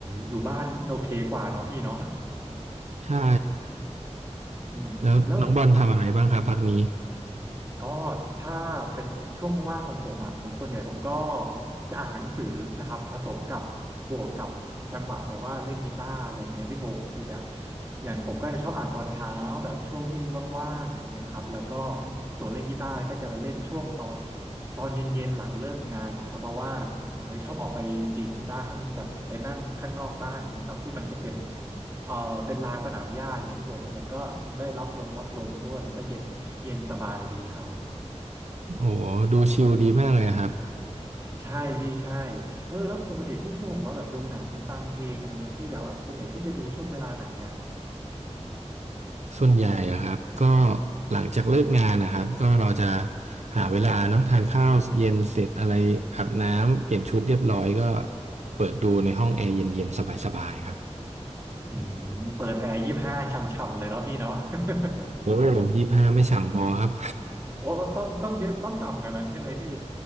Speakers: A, on the right; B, on the right.
A: อยู่บ้านโอเคกว่าเนาะพี่เนาะ
B: ใช่
A: <laughs> อืมแล้ว
B: แล้วน้องบอลทำอะไรบ้างครับพักนี้
A: ก็ถ้าเป็นช่วงว่างของผมอ่ะผมส่วนใหญ่ผมก็จะอ่านหนังสือนะครับผสมกับบวกกับจังหวะแบบว่าเล่นกีตาร์อะไรเงี้ยพี่พงศ์คือแบบอย่างผมก็จะชอบอ่านตอนเช้าแบบช่วงที่ว่างๆอย่างเงี้ยครับแล้วก็ส่วนเล่นกีตาร์ก็จะไปเล่นช่วงตอนตอนเย็นๆหลังเลิกงานเงี้ยครับเพราะว่าผมก็ชอบออกไปดีดกีตาร์ข้างแบบไปนั่งข้างนอกบ้านอย่างเงี้ยครับที่มันจะเป็นเอ่อเป็นลานสนามหญ้าอย่างเงี้ยพี่พงศ์มันก็ได้รับลมรับลมด้วยมันก็เย็นเย็นสบายดีครับ
B: โอ้โหดูชิลดีมากเลยอะครับ
A: ใช่พี่ใช่เออแล้วปกติที่พี่พงศ์บอกว่าแบบดูหนังฟังเพลงอะไรเงี้ยพี่แบบว่าส่วนใหญ่พี่จะดูช่วงเวลาไหนอ่ะ
B: ส่วนใหญ่อะครับก็หลังจากเลิกงานนะครับก็เราจะหาเวลาเนาะทานข้าวเย็นเสร็จอะไรอาบน้ำเปลี่ยนชุดเรียบร้อยก็เปิดดูในห้องแอร์เย็นๆสบายๆครับ
A: อืมเปิดแอร์ยี่สิบห้าช่ำๆเลยเนาะพี่เนาะ <laughs>
B: โอ้ยี่สิบห้าไม่ฉ่ำพอครับ
A: โอ้ต้องต้องเยอะต้องต่ำกว่านั้นใช่ไหมพี่